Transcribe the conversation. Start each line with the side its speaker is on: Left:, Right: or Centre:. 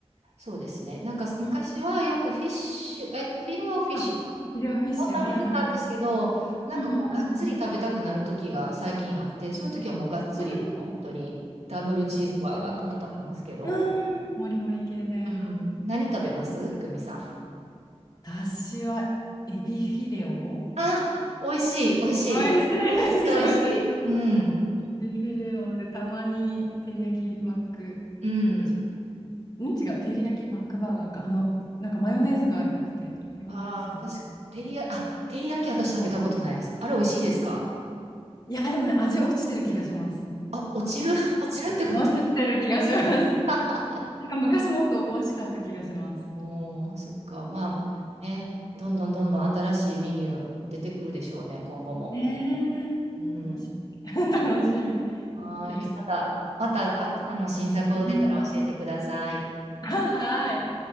Right: そうですね。なんか昔はよくフィッシュ、
Left: うん、
Right: え、フィレオフィッシュか。
Left: あ、フィレオフィッシュ、
Right: を食べてたんですけど、
Left: はいはいはい。
Right: なんかこう、
Left: うんうんうんうん
Right: がっつり食べたくなる時が最近あって、そういう時はもうがっつり、
Left: うんうん
Right: もう本当にダブルチーズバーガーとか食べますけど、
Left: 確かに。うん、もりもり系で。
Right: うん、何食べますいくみさん。
Left: 私はエビフィレオ
Right: あ、美味しい、美味しい。
Left: 美味しいですよね。
Right: 美味しい、美味しい。うん、
Left: うんエビフィレオでたまに照り焼きマック、
Right: うん。
Left: ちん違う、照り焼きマックバーガーか。あの、なんかマヨネーズが良くて、マヨネーズと。
Right: ああ、確か、照りや、あ、照り焼き私食べたことないです。あれ美味しいですか
Left: いや、でもね、味落ちてる気がします。
Right: あ、落ちる <laughs> 落ちるってこと
Left: あ落ちてる気がします。
Right: <laughs>
Left: なんか昔もっと美味しかった気がします。
Right: おー、そっか。まあ、
Left: うん
Right: ね、どんどんどんどん新しいメニュー出てくるでしょうね、今後も。
Left: ねえ。
Right: うん。
Left: 楽しみ。<laughs> 楽しみ。
Right: はーい。
Left: ヘルシーじゃないです。
Right: また、また、あ、あの、新作を出たら教えてください。
Left: うん <laughs> はい。